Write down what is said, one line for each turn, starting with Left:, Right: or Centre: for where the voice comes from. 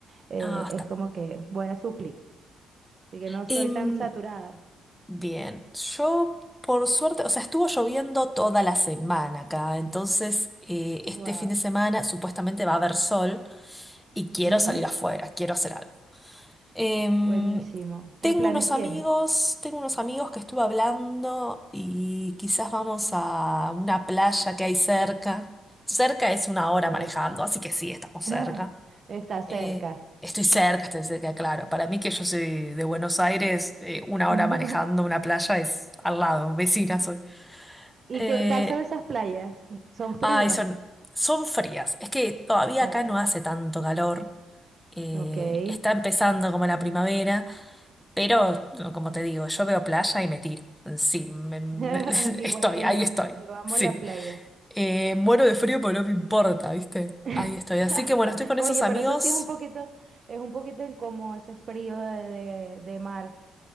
Right: eh,
Centre: Ah,
Right: es
Centre: está.
Right: como que voy a suplir. Así que no estoy
Centre: Em,
Right: tan saturada.
Centre: Bien, yo por suerte, o sea, estuvo lloviendo toda la semana acá, entonces eh, este
Right: Wow.
Centre: fin de semana supuestamente va a haber sol y quiero
Right: Mm,
Centre: salir afuera, quiero hacer algo. Em,
Right: buenísimo.
Centre: tengo
Right: ¿Qué planes
Centre: unos
Right: tienes?
Centre: amigos, tengo unos amigos que estuve hablando y quizás vamos a una playa que hay cerca. Cerca es una
Right: Ok.
Centre: hora manejando, así que sí, estamos
Right: <laughs>
Centre: cerca.
Right: Está cerca.
Centre: Eh, estoy cerca, estoy cerca, claro. Para mí que yo soy de Buenos Aires, eh, una
Right: <laughs>
Centre: hora manejando una playa es al lado, vecina soy.
Right: ¿Y
Centre: Eh,
Right: qué tal son esas playas? ¿Son frías?
Centre: ay, son, son frías. Es que todavía
Right: Oh,
Centre: acá no hace tanto calor. Eh,
Right: ok.
Centre: está empezando como la primavera, pero como te digo, yo veo playa y me tiro. Sí, me- me-
Right: <laughs>
Centre: <laughs>
Right: Igual
Centre: estoy,
Right: que
Centre: ahí
Right: yo.
Centre: estoy.
Right: Yo amo
Centre: Sí.
Right: la playa.
Centre: Eh, muero de frío, pero no me importa, ¿viste?
Right: <laughs>
Centre: Ahí estoy. Así que bueno, estoy con
Right: Oye,
Centre: esos amigos.
Right: pero eso sí es un poquito, es un poquito incómodo ese frío de, de- de mar.